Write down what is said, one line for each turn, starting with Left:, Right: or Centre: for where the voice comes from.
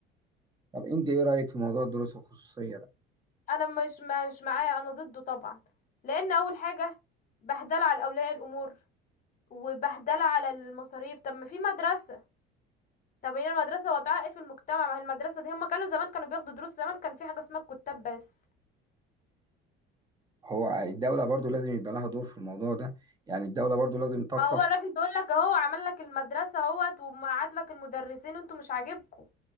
Right: طب أنت إيه رأيك في موضوع الدروس الخصوصية ده؟
Left: انا مش ما مش معاه انا ضده طبعا لان اول حاجه بهدله على اولياء الامور وبهدله على المصاريف طب ما في مدرسه طب هي المدرسه وضعها ايه في المجتمع ما هي المدرسه دي هم كانوا زمان كانوا بياخدوا دروس زمان كان في حاجه اسمها الكتاب بس
Right: هو الدولة برضه لازم يبقى لها دور في الموضوع ده يعني الدولة برضو لازم تقف
Left: فهو الراجل بيقول لك اهو عمل لك المدرسه اهوت ومقعد لك المدرسين وانتوا مش عاجبكم